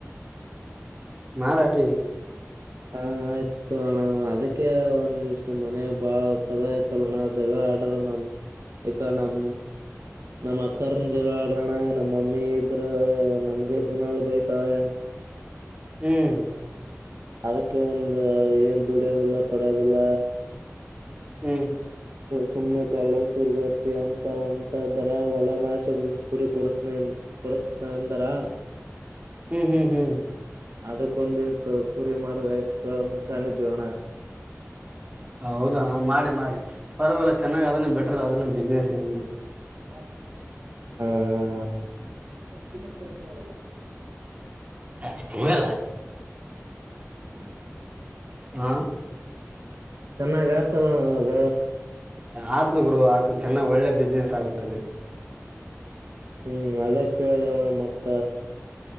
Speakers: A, on the right; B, on the right.
A: ಮಾಡಾಡಪಿ
B: ಹಾ ಆಯ್ತ ಹಣ ಅದ ಅಕ ಒಂದಿಷ್ಟು ಮನ ಬಾಳ ಕದ ಐತಲ್ಲಣ್ಣ ಜಗ ಆಡ್ರ ನಮ್ ಈಕ ನಮ ನಮ್ ಅಕ್ಕರ್ನ್ ಜಗ ಆಡ್ರಣ್ಣ ನಮ್ ಮಮ್ಮಿ ಇದ್ರ ನಮಗೆ ದಿನಲ್ ಬೈತವೆ
A: ಹ್ಮ್
B: ಅದಕ್ಕೆ ಒಂದು ಏನ್ ದುಡ್ಯದಿಲ್ಲ ಪಡ್ಯದಿಲ್ಲ
A: ಹ್ಮ್
B: ಸುಮ್ನೆ ಎಳಗ್ ತಿರ್ಗಿಾಡ್ತಿ ಅಂತ ಅಂತ ಇದಾರ ಹೊಲ ಮಾರಸ ಒಂದ ದಿವ್ ಕುರಿ ಕೊಡಸ್ನ ಕೊಡಸ್ನ ಅಂದಾರ
A: ಹ್ಮ್ ಹ್ಮ್ ಹ್ಮ್
B: ಅದಕ್ ಒಂದ್ ದಿವ್ಸ ಕುರಿ ಮಾಡ್ರ ಆಯ್ತ ಅಂದ ಕಾಣಿದ ಅೋಣ
A: ಹೌದಾ ಮಾಡಿ ಮಾಡಿ ಪರವಾಗಿಲ್ಲ ಚೆನ್ನಾಗ್ ಅದನ್ನ ಬೆಟರ್ ಅದನ್ನ ಬಿ್ನೆಸ್ ಏ
B: <unintelligible> ಹಾ <unintelligible> ನಗೆ ತಿನ್ನ ಕೆಲ್ಸ ಮಾಡ
A: ಅ ತುಲ್ಲ ಹ ಹ
B: ಚೆನ್ನ ಗತಲ್ಲಣ ಅದ
A: ಆತ ಗರು ಆಗ್ತ ಚೆನ್ನ ಒಳ್ಳೆ ಬಿಸ್ನೆಸ್ ಆಗುತ್ತೆ ತದೆೇ
B: ಹ್ಮ್ ಅದೇ ಕೇಳಿದೆಣ್ಣ ಮತ್ತ